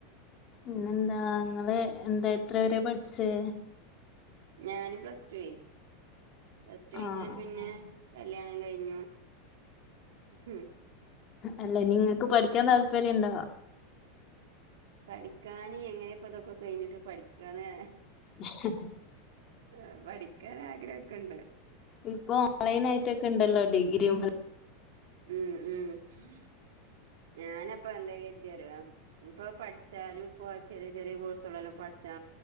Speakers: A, on the left; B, on the right.
A: പിന്നെന്താ നിങ്ങള് എന്താ എത്ര വെരാ പഠിച്ചേ
B: ഞാന് പ്ലസ് ടു വെ പ്ലസ് ടു കഴിഞ്ഞാ
A: ആഹ്
B: പിന്നെ
A: ആഹ്
B: കല്യാണം കയിഞ്ഞു ഉം
A: അല്ല ഇനി നിങ്ങക്ക് പഠിക്കാൻ താല്പര്യം ഒണ്ടോ
B: പഠിക്കാന് എങ്ങനെപ്പം ഇതൊക്കെ കയിഞ്ഞിട്ട് പഠിക്ക്യാന്
A: ഹ് ഹാ
B: ആഹ് പഠിക്കാൻ ആഗ്രഹം ഒക്കെ ഒണ്ട്
A: ഇപ്പൊ ഓൺലൈൻ ആയിട്ടൊക്ക്യാ ഇണ്ടല്ലോ ഡിഗ്രിയും
B: ഉം ഉം ഞാനപ്പം എന്താ <unintelligible> ഇപ്പൊ പഠിച്ചാലും ഇപ്പൊ ചെറിയ ചെറിയ കോഴ്സളാല്ലും പഠിച്ചാ